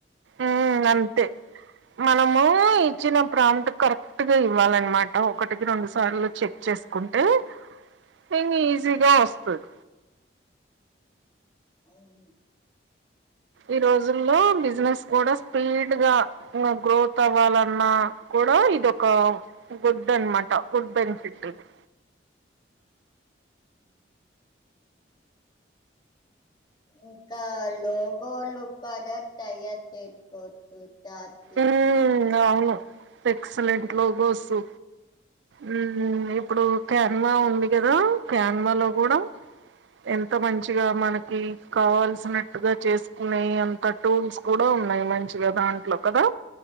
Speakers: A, on the right; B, on the left.
A: ఉ అంతే మనము ఇచ్చిన ప్రాంప్ట్ కరెక్ట్గా ఇవ్వాలన్నమాట ఒకటికి రెండు సార్లు చెక్ చేసుకుంటే నిన్ను ఈజీగా వస్తది
B: అవును
A: ఈ రోజుల్లో బిజినెస్ కూడా స్పీడ్ గా గ్రోత్ అవ్వాలన్నా కూడా ఇదొక గుడ్ అనమాట గుడ్ బెనిఫిట్ ఇది
B: ఇంకా లోగోలు కదా తయారు చేసుకోవచ్చు రాత్రి
A: ఉమ్
B: ఫ్రీజ్ లో
A: అవును ఎక్సలెంట్ లోగోసు మ్ ఇప్పుడు క్యాన్మా ఉంది కదా క్యాన్మాలో కూడా ఎంత మంచిగా మనకి కావాల్సినట్టుగా చేసుకునే అంత టూల్స్ కూడా ఉన్నాయి మంచిగా దాంట్లో కదా